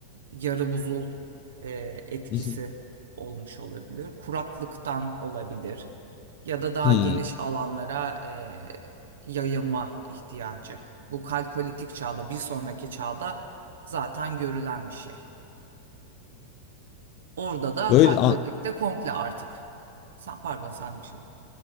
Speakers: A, on the right; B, on the left.
A: yarı buzul e, etkisi
B: hı,
A: olmuş olabilir. Kuraklıktan olabilir ya da daha
B: hı hı,
A: geniş alanlara e, yayılma ihtiyacı. Bu kalkolitik çağda bir sonraki çağda zaten görülen bir şey. Orada da
B: Böyle
A: kalkolitikte komple artık. Sen, pardon sen bir şey.